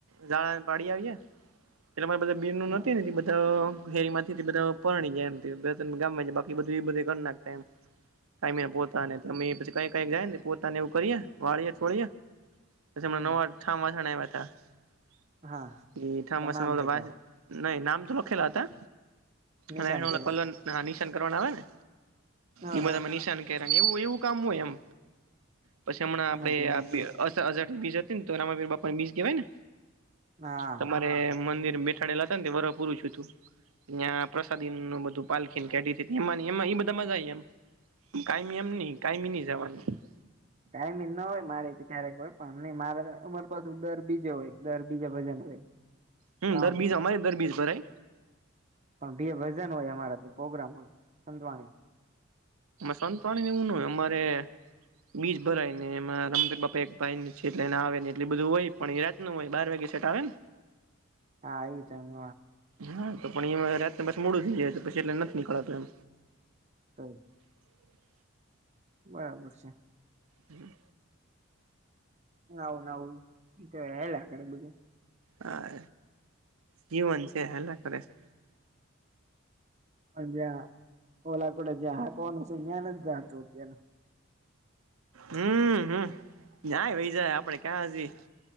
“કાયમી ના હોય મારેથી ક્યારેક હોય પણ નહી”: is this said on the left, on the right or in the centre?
Right